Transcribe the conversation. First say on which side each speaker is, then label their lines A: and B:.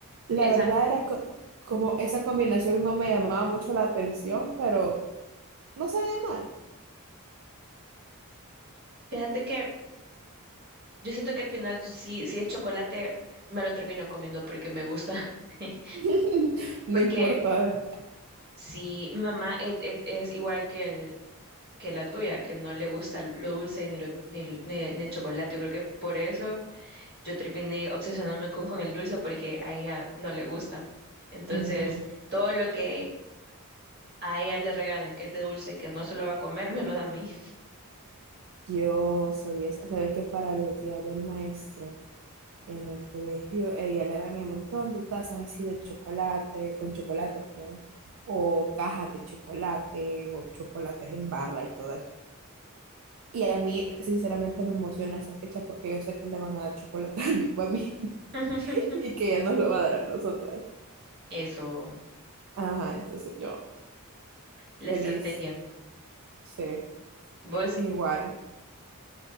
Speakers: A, on the right (about 65°); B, on the right (about 45°).
A: La
B: esa,
A: verdad era co- como esa combinación no me llamaba mucho la atención, pero no sabía mal.
B: fíjate que Yo siento que al final, si, si es chocolate, me lo termino comiendo porque me gusta. <laughs>
A: <laughs> No
B: Porque
A: importa.
B: si mi mamá es, es- es igual que, el, que la tuya, que no le gusta lo dulce ni, lo- ni, el ni- ni el chocolate, yo creo que por eso yo terminé obsesionándome con, con el dulce porque a ella no le gusta. Entonces,
A: Ujú.
B: todo lo que a ella le regalan que es de dulce, que no se lo va a comer, me lo da a mí.
A: Yo soy esa. ¿Sabes que para los días del maestro? En el colegio, a ella le dan el montón de tazas así de chocolate, con chocolate, perdón, o cajas de chocolate, o chocolates en barra y todo eso. Y a mí, sinceramente, me emociona esa fecha porque yo sé que le van a dar chocolate a mi mami <laughs>
B: <laughs>
A: y que ella nos lo va a dar a nosotras.
B: Eso,
A: Ajá, entonces yo,
B: la
A: feliz,
B: estrategia.
A: sí,
B: ¿Vos
A: igual.